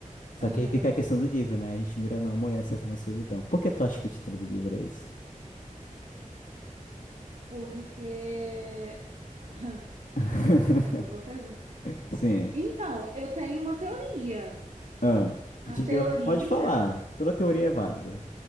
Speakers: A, on the left; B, on the right.
A: Só
B: aham,
A: que aí fica a questão do livro, né? A gente mira no amor e acerta na solidão. Por que tu acha que o título do livro é esse?
B: porque Aham,
A: <laughs>
B: é uma boa pergunta.
A: Sim.
B: Então, eu tenho uma teoria.
A: Ah, diga
B: A teoria,
A: lá. Pode falar. Toda teoria é válida.